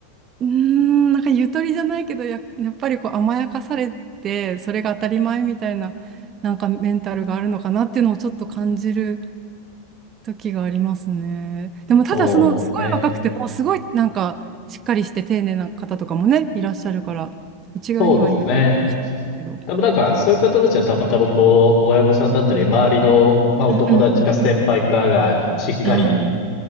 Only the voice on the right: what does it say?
ーん、なんかゆとりじゃないけど、や、やっぱりこう甘やかされて、それが当たり前みたいな、なんかメンタルがあるのかなっていうのをちょっと感じる時がありますね。でもただその、
すごい若くても、すごいなんかしっかりして丁寧な方とかもね、いらっしゃるから、一概には言えるかもしれないけど。
うんうんうんうん。ああ、